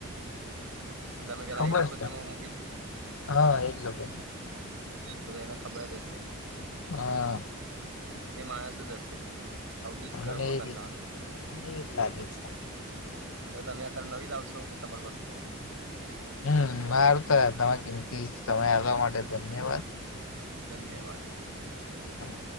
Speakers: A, on the right; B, on the left.
A: તમે પેલા
B: ખબર
A: એ લોકોશનમાં
B: છે
A: મૂકી છે
B: હા એકઝગે
A: બ તો એને ખબર જ હશે
B: હા.
A: એ માણસ જ હશે. આવું દુષ્કર્મ
B: મને
A: કરનારું
B: એ ર મને એ લાગે છે.
A: જો તમે અત્યારે નવી લાવશો તમારી વસ્તુ.
B: હમ સાર તો તમે કિંમતી સમય આવવા માટે ધન્યવાદ
A: ધન્યવાદ.
B: હા.